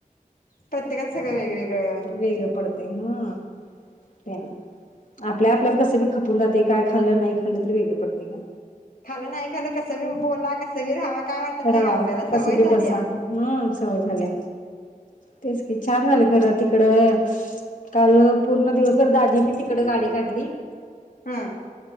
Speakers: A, on the left (about 85°); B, on the left (about 65°).
A: प्रत्येकात सगळं वेगवेगळं
B: वेगळं पडतय ह त्यां आपल्या आपल्यात कसं बी खपून जात काय खाल्लं नाही खाल्लं तरी वेगंळ पडतय ग
A: खालं नाही खालं कसं बी बोला कसं बी राहावा काय वाटत नाही
B: रावा
A: का आपल्याला
B: कस
A: सवय
B: बी
A: झाली
B: बसा
A: या
B: हम्म सवय झाल्या तेच की छान झालं खरं तिकड काल पूर्ण दिवसभर दाजी नी तिकड गाडी काढली.
A: ह